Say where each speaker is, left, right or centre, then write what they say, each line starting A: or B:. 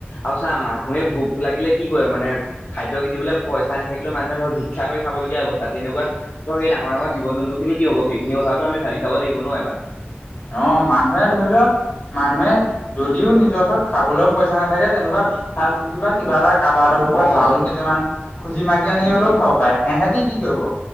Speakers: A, on the left; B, on the left.
A: আৰু চা মানুহে ভোক লাগিলে কি কৰে মানে খাদ্য কিনিবলৈ পইচা নাথাকিলেও মানুহে। ধৰ ভিক্ষা কৰি খাবগীয়া অৱস্থা তেনেকুৱা ধৰ ডাঙৰ ডাঙৰ জীৱ জন্তু খিনি কি হ'ব সেইখিনি কথাওটো আমি ভাবি চাব লাগিব। ন এবাৰ।
B: অ মানুহে ধৰি ল মানুহে যদিও নিজৰওপত খাবলৈ পইচা নাথাকে যেনে। এনেকুৱা ভিক্ষা খুজিবা বা কিবা এটা কাবা হত ঘৰ পা
A: অ
B: চাউল কেইটামান খুজি মাগি আনি হ'লেও। খাব পাই এসেতি কি কৰিব।